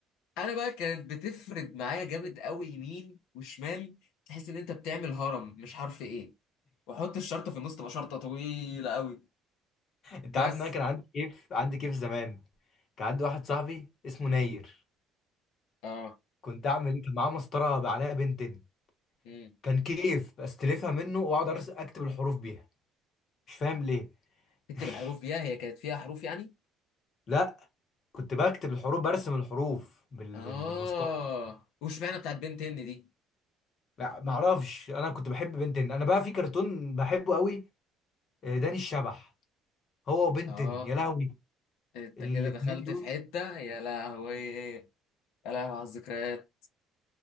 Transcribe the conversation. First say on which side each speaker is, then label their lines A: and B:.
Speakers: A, on the left; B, on the left.
A: انا بقى كانت بتفرد معايا جامد قوي يمين وشمال تحس ان انت بتعمل هرم مش عارف ايه واحط الشرطه في النص تبقى شرطه طويله قوي
B: انت
A: بس
B: عارف ان انا كان عندي كيف عندي كيف زمان كان عندي واحد صاحبي اسمه ناير
A: اه
B: كنت اعمل ايه كان معاه مسطره بقى عليها بنتين
A: امم
B: كان كيف استلفها منه واقعد أرس- اكتب الحروف بيها مش فاهم ليه
A: تكتب
B: <laughs>
A: الحروف فيها هي كانت فيها حروف يعني
B: لا كنت بكتب الحروف برسم الحروف بال...
A: اه
B: بال... بالمسطره
A: وشمعنا بتاعت بنتين دي
B: ما ما اعرفش انا كنت بحب بنتين انا بقى في كرتون بحبه قوي آه، داني الشبح هو وبنتين
A: اه
B: يا لهوي
A: انت
B: الاتنين
A: كده دخلت
B: دول
A: في حته يا لهوي يا لهوي على الذكريات